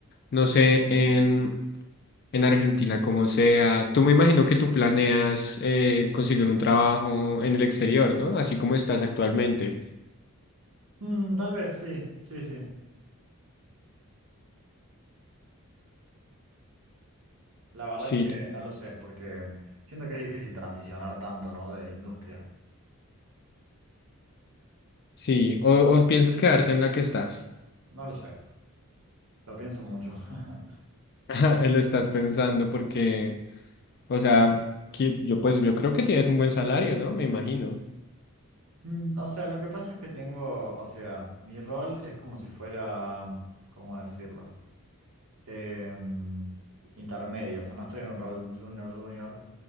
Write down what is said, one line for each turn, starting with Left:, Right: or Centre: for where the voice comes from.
Left: No sé, en, en Argentina como sea. Tú me imagino que tú planeas eh, conseguir un trabajo en el exterior, ¿no? Así como estás actualmente.
Right: Mm, tal vez, sí, sí, sí. La verdad
Left: Sí,
Right: es que
Left: total.
Right: no lo sé, porque siento que es difícil transicionar tanto, ¿no? De industria.
Left: Sí, o, o piensas quedarte en la que estás.
Right: No lo sé, lo pienso mucho. <laughs>
Left: <laughs> Lo estás pensando porque, o sea, que- yo pues yo creo que tienes un buen salario, ¿no? Me imagino.
Right: Mm, O sea, lo que pasa es que tengo, o sea, mi rol es como si fuera, ¿cómo decirlo? Em, intermedio, o sea, no estoy en un rol junior junior.